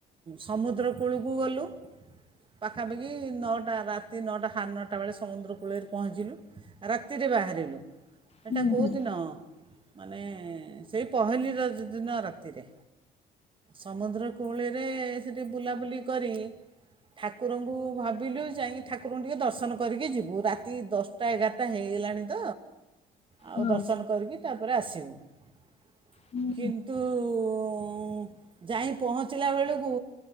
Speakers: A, on the right; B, on the left.
A: ସମୁଦ୍ରକୂଳକୁ ଗଲୁ। ପାଖାପାଖି ନଅ ରାତି ନଅଟା ସାଢ଼େ ନଅଟା ବେଳେ ସମୁଦ୍ର କୂଳରେ ପହଞ୍ଚିଲୁ ରାତିରେ ବାହାରିଲୁ। ଏଟା
B: ହୁଁ
A: କୋଉଦିନ? ମାନେ ସେଇ ପହିଲି ର ଦିନ ରାତିରେ। ସମୁଦ୍ରକୋଳି ସେଠି ବୁଲାବୁଲି କରି ଠାକୁରଙ୍କୁ ଭାବିଲୁ ଯାଇକି ଠାକୁରଙ୍କୁ ଟିକେ ଦର୍ଶନ କରିକି ଯିବୁ ରାତି ଦଶଟା ଏଗାଟା ହେଇଗଲାଣି ତ ଆଉ
B: ହଁ
A: ଦର୍ଶନ କରିକି ତାପରେ ଆସ <inaudible>
B: ହୁଁ
A: କିନ୍ତୁ ଉ ହୁଁ ଯାଇ ପହଞ୍ଚିଲା ବେଳକୁ